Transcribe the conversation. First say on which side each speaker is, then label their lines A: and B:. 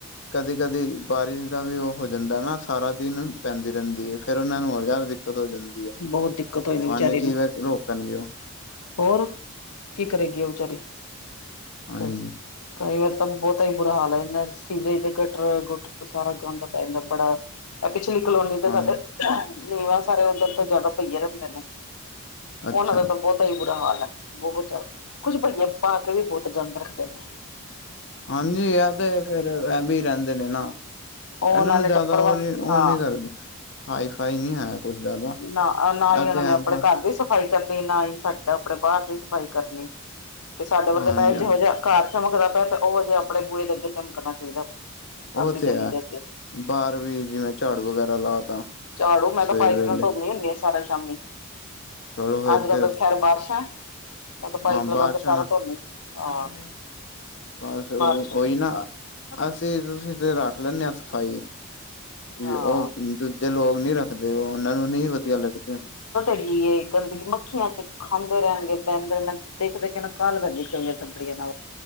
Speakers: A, on the left; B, on the left.
A: ਕਦੀ ਕਦੀ ਬਾਰਿਸ਼ ਦਾ ਵੀ ਉਹ ਹੋ ਜਾਂਦਾ ਨਾ ਸਾਰਾ ਦਿਨ ਪੈਂਦੀ ਰਹਿੰਦੀ ਹੈ ਫੇਰ ਉਹਨਾਂ ਨੂੰ ਹੋਰ ਜ਼ਿਆਦਾ ਦਿੱਕਤ ਹੋ ਜਾਂਦੀ।
B: ਬਹੁਤ ਦਿੱਕਤ ਹੋਈ
A: ਪਾਣੀ
B: ਵਿਚਾਰੀ
A: ਕੀਵੇ
B: ਨੂੰ
A: ਰੋਕਣਗੇ ਉਹ
B: ਹੋਰ, ਕੀ ਕਰੇਗੀ ਆ ਵਿਚਾਰੀ,
A: ਹਾਂਜੀ
B: ਬਸ। ਕਈ ਵਾਰ ਤਾਂ ਬਹੁਤਾ ਹੀ ਬੁਰਾ ਹਾਲ ਹੈ ਇਨਾ ਸੀਵਰੇਜ ਤੇ ਘੱਟਟ ਸਾਰਾ ਗੰਦ ਪੈ ਜਾਂਦਾ ਬੜਾ। ਪਿਛਲੀ ਕਲੋਨੀ ਤਾਂ
A: ਹਾਂ
B: ਸਾਡੇ, ਨੀਵਾਂ ਸਾਰੇ ਉਧਰ ਤੋਂ ਜ਼ਿਆਦਾ ਪਈਆ ਰਹਿੰਦੇ ਨੇ।
A: ਅੱਛਾ
B: ਉਹਨਾਂ ਦਾ ਤਾਂ ਬਹੁਤਾ ਹੀ ਬੁਰਾ ਹਾਲ ਹੈ ਬਹੁਤਿਆ, ਕੁੱਝ ਭਈਆ ਪਾ ਕੇ ਵੀ ਬਹੁਤ ਗੰਦ ਰੱਖਦੇ ਨੇ।
A: ਹਾਂਜੀ। ਇਹ ਤੇ ਫੇਰ ਇਹ ਵੀ ਰਹਿੰਦੇ ਨੇ ਨਾ।
B: ਉਹ
A: ਇਹਨਾਂ
B: ਉਹਨਾਂ
A: ਨੂੰ
B: ਨੇ
A: ਜ਼ਿਆਦਾ
B: ਟੱਪਰ
A: ਉਹ
B: ਵਾਸਤੇ
A: ਨੀ ਉਹ
B: ਹਾਂ
A: ਨਹੀਂ ਕਰਦੇ, ਹਾਈ ਫਾਈ ਨਹੀਂ ਹੈ। ਕੁੱਝ ਜ਼ਿਆਦਾ
B: ਨਾ- ਨਾ ਹੀ
A: ਇਹ
B: ਉਹਨਾਂ
A: ਤੇ ਹੈ
B: ਨੇ ਆਪਣੇ
A: ਵਾ
B: ਘਰ ਦੀ ਸਫ਼ਾਈ ਕਰਨੀ ਨਾ ਹੀ ਸਾਡਾ ਆਪਣੇ ਬਾਹਰ ਦੀ ਸਫ਼ਾਈ ਕਰਨੀ, ਤੇ ਸਾਡੇ ਵਰਗੇ
A: ਹਾਂਜੀ
B: ਤਾਂ ਇਹ
A: ਹਾਂ
B: ਜਿੋ ਜਿਹਾ ਘਰ ਚਮਕਦਾ ਪਿਆ ਤੇ ਉਹ ਹਜੇ ਆਪਣੇ ਬੂਹੇ ਦੇ ਅੱਗੇ ਚਮਕਣਾ ਚਾਹੀਦਾ।
A: ਉਹ
B: ਆਪਣੀ
A: ਤੇ
B: ਗਲੀ
A: ਹੈ,
B: ਦੇ ਅੱਗੇ
A: ਬਾਹਰ ਵੀ ਜਿਵੇਂ ਝਾੜੂ ਵਗੈਰਾ ਲਾ, ਤਾ
B: ਝਾੜੂ
A: ਸਵੇਰ ਵੇਲੇ
B: ਮੈਂ ਗਾ ਸਾਰਾ ਸ਼ਾਮੀ।
A: ਚਲੋ ਫੇਰ
B: ਅੱਜ ਕੱਲ
A: ਤੇ
B: ਤਾਂ ਖੈਰ ਬਾਰਿਸ਼ ਹੈ। ਮੈਂ ਤਾਂ ਪਾਈ
A: ਹਾਂ
B: ਪਲਦਾ
A: ਬਾਰਿਸ਼ਾਂ
B: ਤੇ ਸਾਰਾ
A: ਨਾ
B: ਧੋਨੀ ਹਾਂ।
A: ਬਸ ਉਹ
B: ਬਾਰਿਸ਼
A: ਉਹੀ ਨਾ, ਅਸੀਂ ਤੁਸੀਂ ਤੇ ਰੱਖ ਲੈਂਦੇ ਹਾਂ ਸਫਾਈ। ਜੇ
B: ਹਾਂ
A: ਉਹ ਦੂਜੇ ਲੋਕ ਨਹੀ ਰੱਖਦੇ ਉਹਨਾਂ ਨੂੰ ਨਹੀਂ ਵਧੀਆ ਲੱਗਦੇ।
B: ਗੀ ਏ, ਗੰਦਗੀ ਮੱਖੀਆਂ ਚ' ਖਾਂਦੇ ਰਹਿਣਗੇ, ਬਹਿੰਦੇ ਗ <unintelligible> ਦੇਖਦੇ ਕ ਨਾ ਕਾਹ ਬੰਦੀ। ਹੇ